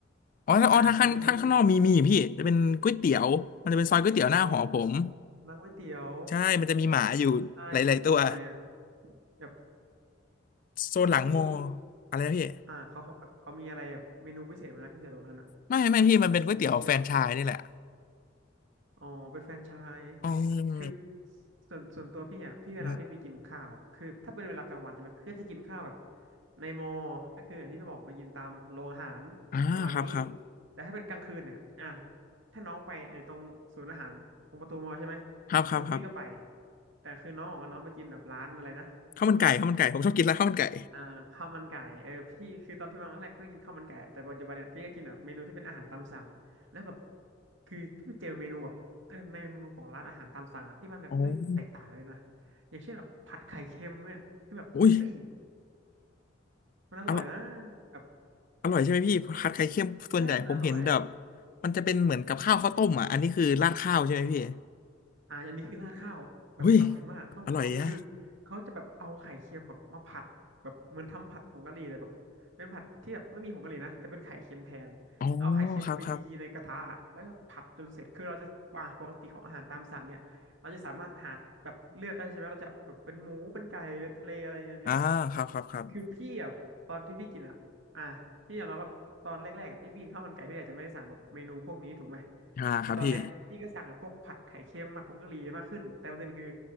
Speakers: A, on the left; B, on the right.
A: อ๋อถ้าอ๋อถ้าข้างถ้าข้างนอกมีมีพี่จะเป็นก๋วยเตี๋ยวมันจะเป็นซอยก๋วยเตี๋ยวหน้าหอผม
B: อ่ะตอนนี้พี่จะอ๋อร้านก๋วยเตี๋ยว
A: ใช่มันจะมีหมาอยู่หลายๆตัว
B: ใช่อยู่อยู่ตรงไหนอ่ะแบบ
A: โซนหลังมอ
B: เขามี
A: อะไรนะพี่
B: อ่าเขาเขาแบบเขามีอะไรแบบเมนูพิเศษไหมนะก๋วยเตี๋ยวตรงนั้นอ่ะ
A: ไม่ไม่พี่มันเป็นก๋วยเตี๋ยวแฟรนไชส์นี่แหละ
B: แบบเป็นสเปเชียลอ๋อเป็นแฟรนไชส์
A: อืม
B: คือส่วนส่วนตัวพี่อ่ะพี่เวลาพี่ไปกินข้าวคือถ้าเป็นเวลากลางวันใช่ไหมพี่ก็จะกินข้าวแบบ
A: อม
B: ในมอ ก็คืออย่างที่พี่บอกไปกินตามโรงอาหารประมาณนี้
A: อ่าครับครับ
B: แต่ถ้าเป็นกลางคืนเนี่ยอ่าถ้าน้องไปไอ้ตรงศูนย์อาหารตรงประตูมอใช่ไหม
A: ครับครับครับ
B: คือพี่ก็ไปแต่คือน้องบอกว่าน้องไปกินแบบร้านอะไรนะ
A: ข้าวมันไก่ข้าวมันไก่ผมชอบกินร้านข้าวมันไก่
B: อ่าข้าวมันไก่เออพี่คือตอนพี่มาครั้งแรกพี่ก็กินข้าวมันไก่แต่ปัจจุบันเนี่ยพี่ก็กินแบบเมนูที่เป็นอาหารตามสั่งแล้วแบบคือพี่ไปเจอเมนูแบบเออในเมนูของร้านอาหารตามสั่งอะที่มันแบบเอ้ยแตกต่างเลยนะ
A: อ๋อ
B: อย่างเช่นแบบผัดไข่เค็มเนี่ยคือแบบเอ้ย
A: อุ้ย
B: มันอร่อยนะ
A: อร่อย
B: แบบ
A: อร่อยใช่ไหมพี่ผัดไข่เค็มส่วนใหญ่ผมเห็นแบบ
B: ใช่มันอร่อย
A: มันจะเป็นเหมือนกับข้าวข้าวต้มอ่ะอันนี้คือราดข้าวใช่ไหมพี่
B: อ่าอันนี้คือราดข้าวแบบอร่อยมากต้องไปลองคือเขาจะแบบเอาไข่เค็มแบบมาผัดแบบเหมือนทำผัดผงกะหรี่เลยแบบเป็นผัดที่แบบไม่มีผงกะหรี่นะแต่เป็นไข่เค็มแทนเอาไข่เค็มไปยีๆในกระทะแล้วก็ผัดจนเสร็จคือเราจะอ่าปกติของอาหารตามสั่งเนี่ยเราจะสามารถหาแบบเลือกได้ใช่ไหมเราจะแบบเป็นหมูเป็นไก่เป็นทะเลอะไรอย่างเงี้ย
A: อุ้ยอร่อยแยะอ๋อครับครับอ่าครับครับครับ
B: คือพี่อ่ะตอนที่พี่กินอ่ะอ่ะพี่ยอมรับว่าตอนแรกๆอะพี่บินข้าวมันไก่พี่อาจจะไม่ได้สั่งแบบเมนูพวกนี้ถูกไหม
A: อ่าครับพี่
B: แต่ตอนเนี้ยพี่ก็สั่งพวกผัดไข่เค็มผัดผงกะหรี่มากขึ้นแต่ประเด็นคือ